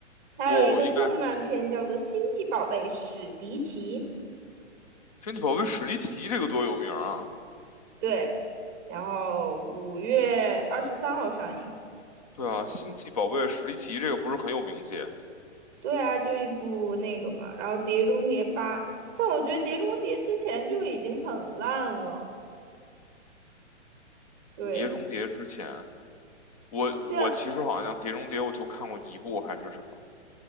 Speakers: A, on the right; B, on the left.
A: 还有一个动漫片叫做《星际宝贝史迪奇》，
B: 不应该，《星际宝贝史迪奇》这个多有名啊！
A: 对，然后五月二十三号上映。
B: 对啊，《星际宝贝史迪奇》这个不是很有名气，
A: 对啊，就一部那个嘛，然后《碟中谍八》，但我觉得《碟中谍》之前就已经很烂了。对，
B: 《碟中谍》之前，我我其实好像《碟中谍》我就看过一部还是什么。
A: 对啊